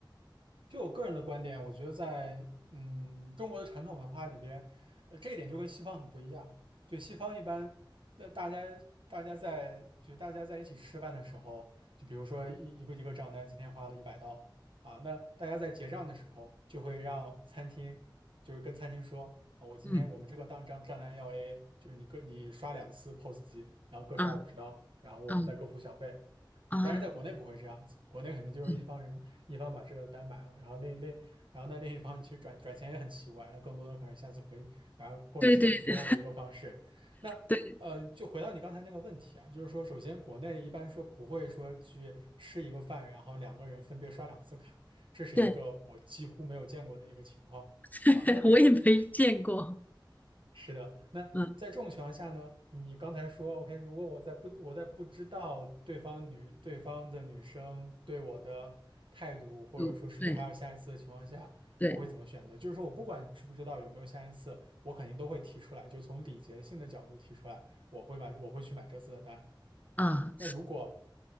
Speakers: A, on the right; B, on the left.
A: 就我个人的观点，我觉得在嗯中国的传统文化里边，呃，这一点就跟西方很不一样。就西方一般，那大家大家在就大家在一起吃饭的时候，就比如说一一个一个账单今天花了一百刀啊，那大家在结账的时候就会让餐厅就是跟餐厅说，啊我今天我们这个当账账单要
B: 嗯
A: AA，就是你各你刷两次 POS 机，然后各刷五十刀，
B: 啊
A: 然后我们再各付小费。
B: 嗯啊，
A: 啊，但是在国内不会这样子，国内肯定就是一方人一方把这个单买了，
B: 对
A: 然后另另然后那另一方其实转转钱也很奇怪，那更多的可能下次回，然后或者其怎么样的一个方式。
B: 对对
A: 那呃，
B: 对
A: 就回到你刚才那个问题啊，就是说，首先国内一般说不会说去吃一个饭，然后两个人分别刷两次卡，这是一个我几乎没有见过的一个情况啊。
B: 对，<laughs>
A: 那
B: 我也没见过，
A: 是的，那在这种情况下呢，
B: 嗯，
A: 你刚才说，OK，如果我在不我在不知道对方女对方的女生对我的态度，或者说是不是还有下一次的情况下，
B: 就对对
A: 我会怎么选择？就是说我不管知不知道有没有下一次，我肯定都会提出来，就从礼节性的角度提出来，我会把我会去买这次的单啊。
B: 啊，
A: 那如果